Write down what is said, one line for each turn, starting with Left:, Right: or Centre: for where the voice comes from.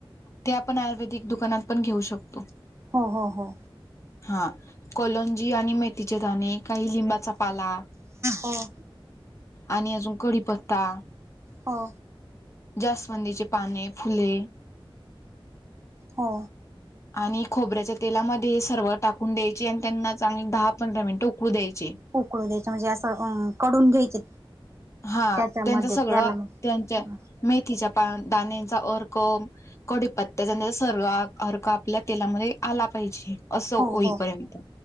Left: ते आपण आयुर्वेदिक दुकानात पण घेऊ शकतो.
Right: हो- हो- हो.
Left: हां कोलंजी आणि मेथीचे दाणे काही लिंबाचा पाला
Right: हो
Left: आणि अजून कढीपत्ता
Right: हो.
Left: जास्वंदीचे पाने, फुले
Right: हो.
Left: आणि खोबऱ्याच्या तेलामध्ये हे सर्व टाकून द्यायची आणि त्यांना चांगली दहा -पंधरा मिनिटं उकळू द्यायची.
Right: उकळू द्यायच म्हणजे असंं आ कडून घ्यायचे?
Left: हा
Right: त्याच्यामध्ये
Left: त्यांचं सगळं
Right: त्याला मग
Left: त्यांच्या मेथीच्या पा -दाण्याचा अर्क कडीपत्त्याचा नैस स अर्क आपल्या तेलामध्ये आला पाहिजे असं
Right: हो
Left: होईपर्यंत
Right: हो